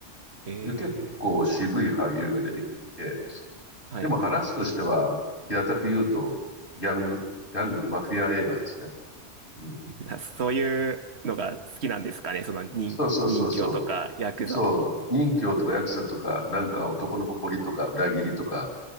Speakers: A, on the right; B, on the left.
A: え
B: 結構渋い俳優が出てきていて、
A: え、はい。
B: でも話としては、平たく言うと、ギャング、ギャング、マフィア映画ですね。うん。
A: <laughs> そういうのが好きなんですかねその人、
B: そうそうそうそう。
A: 人侠とか、ヤクザとか。
B: そう。任侠とかヤクザとか、なんか男の誇りとか裏切りとか、